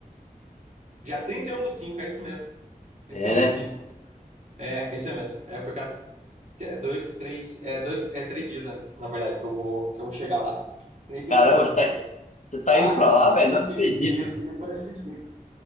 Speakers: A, on the right; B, on the left.
A: Dia 31 do 5 é isso mesmo. 31
B: É, né?
A: do 5. É, é isso mesmo. É por causa que é dois, três, é dois, é três dias antes, na verdade, que eu vou, que eu vou chegar lá. Três dias
B: Caramba,
A: depois,
B: Você
A: na verdade.
B: tá
A: Ah,
B: indo pra
A: cara,
B: lá,
A: fiquei
B: velho?
A: triste,
B: Não acredito.
A: hein? Queria, queria poder assistir.